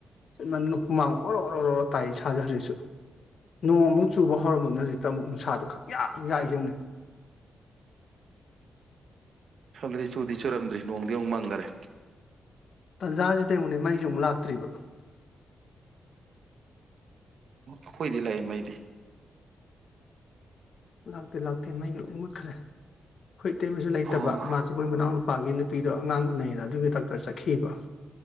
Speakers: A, on the left (about 55°); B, on the right (about 55°).
A: ꯆꯤꯟꯃꯟꯗꯅ ꯍꯨꯃꯥꯡ ꯑꯣꯔꯣ ꯑꯣꯔꯣ ꯑꯣꯔꯣ ꯇꯥꯏ ꯏꯁꯥꯖꯦ ꯍꯖꯤꯛꯁꯨ ꯅꯣꯡꯃꯨꯛ ꯆꯨꯕ ꯍꯧ ꯍꯧꯔꯝꯃꯕꯅꯦ ꯍꯧꯖꯤꯛꯇ ꯑꯃꯨꯛ ꯅꯨꯡꯁꯥꯖꯦ ꯈꯡꯍꯥꯛ ꯌꯥꯛꯏꯖꯦ
B: ꯁꯣꯟꯗꯗꯤ ꯆꯨꯗꯤ ꯆꯨꯔꯝꯗ꯭ꯔꯤ ꯅꯣꯡꯗꯤ ꯑꯃꯨꯛ ꯃꯪꯒꯔꯦ
A: ꯇꯟꯖꯥꯁꯤꯗ ꯌꯦꯡꯉꯣꯅꯦ ꯃꯩꯖꯨ ꯑꯃꯨꯛ ꯂꯥꯛꯇ꯭ꯔꯤꯕ
B: ꯑꯈꯣꯏꯗꯤ ꯂꯥꯛꯑꯦ ꯃꯩꯗꯤ
A: ꯂꯥꯛꯇꯦ ꯂꯥꯛꯇꯦ ꯃꯩ ꯂꯣꯢ ꯃꯨꯠꯈ꯭ꯔꯦ ꯑꯩꯈꯣꯏ ꯏꯇꯩꯃꯁꯨ ꯂꯩꯇꯕ
B: ꯑꯣ
A: ꯃꯥꯖꯨ ꯃꯣꯏ ꯃꯅꯥꯎ ꯅꯨꯄꯥꯒꯤ ꯅꯨꯄꯤꯗꯣ ꯑꯉꯥꯡ ꯎꯅꯩꯌꯦꯅ ꯑꯗꯨꯒꯤ ꯗꯥꯛꯇꯔ ꯆꯠꯈꯤꯕ